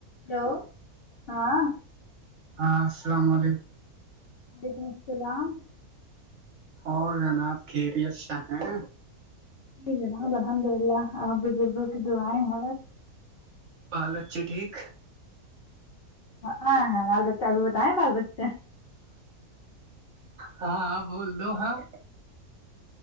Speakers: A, on the left; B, on the right.
A: hello ہاں
B: ہاں السلام علیکم
A: وعلیکم السلام
B: اور جناب کیریئر چاہیں
A: ج ج نابب الحمد اللہ آ بزربک دو آائ ہو
B: بہال اچھی ٹھیک
A: ہاں ہ ہاں بال بچا ابھی وہتائ بال بچے
B: ہاں بول دو ہاں